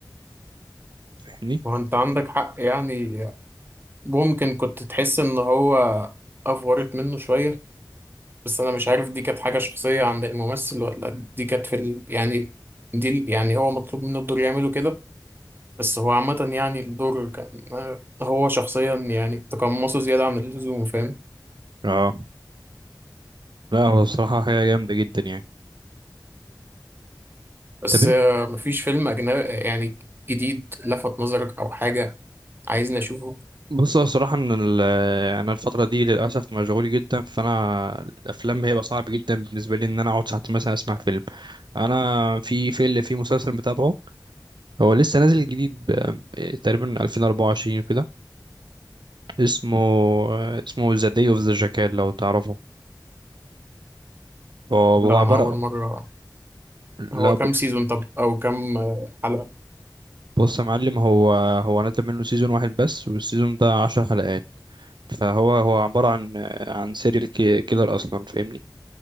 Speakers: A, on the right (about 85°); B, on the right (about 30°).
A: فاهمني
B: هو انت عندك حق يعني ممكن كنت تحس ان هو افورت منه شوية بس انا مش عارف دي كانت حاجة شخصية عند الممثل ولا دي كانت في ال... يعني دي ال- يعني هو مطلوب منه الدور يعمله كده بس هو عامة يعني الدور كان هو شخصيا يعني تقمصه زيادة عن اللزوم فاهم
A: اه لا هو الصراحه حاجه جامده جدا يعني
B: بس
A: طب انت
B: آه، مفيش فيلم أجنبي يعني جديد لفت نظرك أو حاجة عايزني أشوفه
A: بص هو الصراحه ان ال- انا الفتره دي للاسف مشغول جدا فانا الافلام هيبقى صعب جدا بالنسبه لي ان انا اقعد ساعتين مثلا اسمع فيلم انا في في اللي في مسلسل متابعه هو لسه نازل جديد ب- إيه، تقريبا 2024 وكده اسمه آه، اسمه ذا داي اوف ذا جاكال لو تعرفه هو
B: لا
A: هو عبارة
B: أنا أول مرة
A: لا
B: هو
A: ب-
B: كام سيزون طب أو كام آه، حلقة
A: بص يا معلم هو هو نزل منه سيزون واحد بس والسيزون ده عشر حلقات فهو هو عبارة عن آه، عن سيريال كيلر أصلا فاهمني